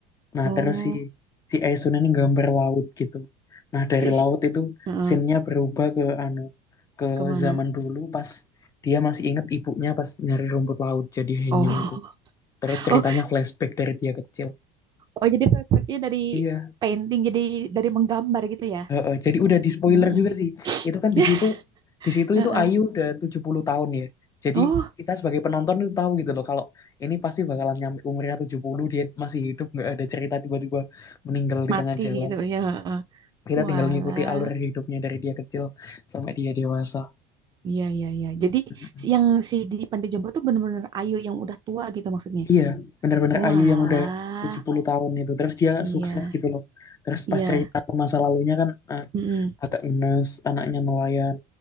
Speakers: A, on the left (about 25°); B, on the right (about 35°).
A: Nah,
B: Oh,
A: terus si si Aesun ini gambar laut gitu. Nah, dari
B: si, si-
A: laut itu
B: heeh.
A: scene-nya berubah ke anu ke
B: Kemana?
A: zaman dulu pas dia masih inget ibunya pas nyari rumput laut jadi Henyu
B: Oh,
A: itu. Terus ceritanya
B: <laughs> oh,
A: flashback dari dia kecil.
B: oh. Jadi perspektifnya dari
A: Iya,
B: painting, jadi dari menggambar gitu ya?
A: heeh, jadi udah di spoiler
B: Mm-mm.
A: juga sih. Itu kan
B: <laughs>
A: di situ di situ
B: Heeh.
A: itu Ayu udah 70 tahun ya. Jadi
B: Oh,
A: kita sebagai penonton itu tahu gitu loh kalau ini pasti bakalan nyampe umurnya 70 dia masih hidup nggak ada cerita tiba-tiba meninggal di
B: mati
A: tengah jalan.
B: gitu ya. heeh.
A: kita
B: Walah,
A: tinggal ngikuti alur hidupnya dari dia kecil sampai dia dewasa.
B: iya iya iya. Jadi
A: Mm-mm.
B: si- yang si di Panti Jompo tuh bener-bener Ayu yang udah tua gitu maksudnya.
A: Iya, benar-benar
B: Walah,
A: Ayu yang udah 70 tahun itu. Terus dia
B: iya
A: sukses gitu loh. Terus
B: iya.
A: pas cerita ke masa lalunya kan eh,
B: Mm-mm.
A: agak ngenes, anaknya nelayan.